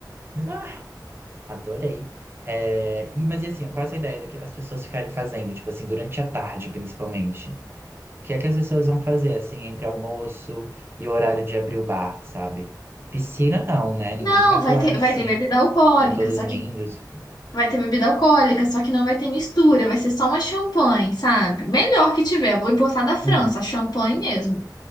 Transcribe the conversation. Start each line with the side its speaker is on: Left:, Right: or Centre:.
Right: Ah, adorei. É, e, mas e assim, qual é essa ideia do que as pessoas ficarem fazendo, tipo assim, durante a tarde, principalmente? O que é que as pessoas vão fazer, assim, entre almoço e o horário de abrir o bar, sabe? Piscina não, né? Ninguém
Left: Não,
Right: vai
Left: vai
Right: pular
Left: ter,
Right: na piscina,
Left: vai ter bebida alcoólica,
Right: todos
Left: só
Right: lindos.
Left: que vai ter bebida alcoólica, só que não vai ter mistura, vai ser só uma champanhe, sabe? Melhor que tiver, eu vou importar da França,
Right: Hum,
Left: a champanhe mesmo.